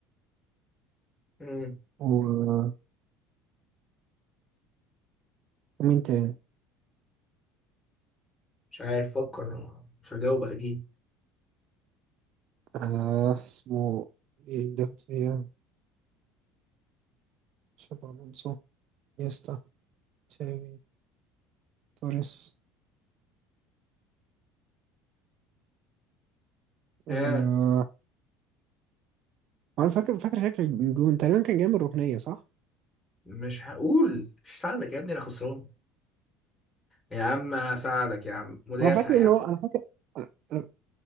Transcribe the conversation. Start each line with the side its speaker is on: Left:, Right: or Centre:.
Left: مم.
Right: و ومين تاني؟
Left: مش عارف فكر مش هجاوب اكيد
Right: آه اسمه إيه اللي دافد فيها شابي ألونسو نيستا تشافي توريس آه
Left: اه
Right: أنا فاكر فاكر شكل الجون تقريبا كان جاي من الركنية صح؟
Left: مش هقول مش هساعدك يا ابني انا خسران يا عم هساعدك يا عم مدافع
Right: أنا فاكر
Left: يا
Right: إن
Left: عم
Right: هو أنا فاكر أنا أنا-